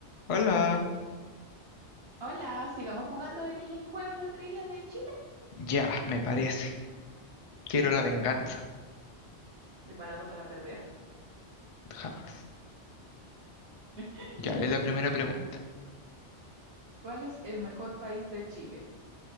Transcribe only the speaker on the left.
Hola,
ya, me parece. Quiero la venganza.
Jamás.
Ya, es la primera
pregunta.